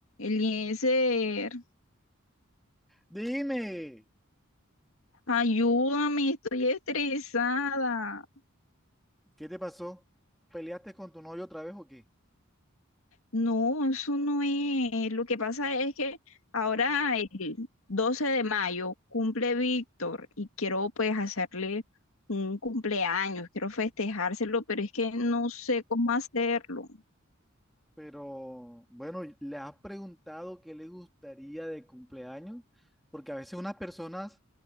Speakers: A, on the left (about 75°); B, in the centre.
A: Eliezer,
B: Dime,
A: ayúdame, estoy estresada.
B: ¿qué te pasó? ¿Peleaste con tu novio otra vez o qué?
A: No, eso no es. Lo que pasa es que ahora el 12 de mayo cumple Víctor y quiero pues hacerle un cumpleaños, quiero festejárselo, pero es que no sé cómo hacerlo.
B: Pero bueno, ¿le has preguntado qué le gustaría de cumpleaños? Porque a veces unas personas